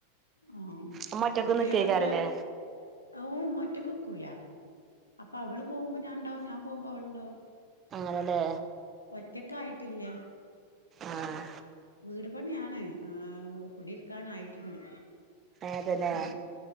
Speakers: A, on the left (about 85°); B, on the right (about 25°).
A: ആ
B: നമ്മ ഒറ്റക്ക്
A: കുട്ടികളൊക്കെ
B: നിക്കേക്കാരല്ലേ
A: ഓ ഒറ്റ കൊക്കൂല അപ്പൊ അവള് പോകുമ്പോ ഞാൻ ഉണ്ടാവും ഞാൻ പോകുമ്പോ അവളുണ്ടാവും
B: ആറലേ
A: ഒറ്റക്ക ആയിട്ട്ങ്ങ
B: ആഹ്
A: വീട് പണിയാണ കുടിരിക്കാനായിട്ടുണ്ട്
B: അതന്നെ
A: ഉ